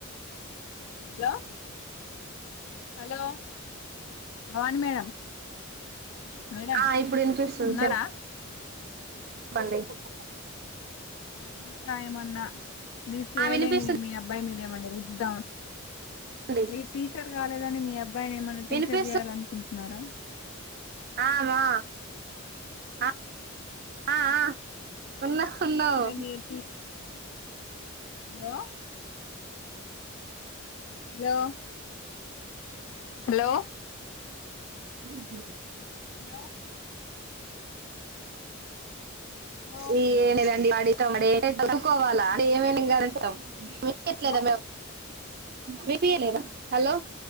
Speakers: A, on the left; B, on the right.
A: hello hello Bhavani madam madam
B: ఆ ఇప్పుడు వినిపిస్తుంది
A: ఉన్నారా
B: చెప్ <unintelligible>
A: ఆ ఏ గా ఏమన్నా మీరు చేయలేని
B: ఆ వినిపిస్తుంది
A: మీ అబ్బాయి మీద ఏమన్నా రుద్దాతా
B: చెప్పండి
A: మీ టీచర్ మీరు కాలేదని మీ అబ్బాయి అబ్బాయిని ఏమన్నా టీచర్
B: వినిపిస్తుంది
A: చేయాల అనుకుంటున్నారా
B: ఆ మా ఆ ఆ ఉన్నట్టున్నావ్
A: మీరు టీ hello hello hello
B: <unintelligible>
A: hello hello hello
B: ఎమ్ లేదండీ వాడి <unintelligible> వినిపీయట్లేద
A: హలో
B: వినిపీయలేదా hello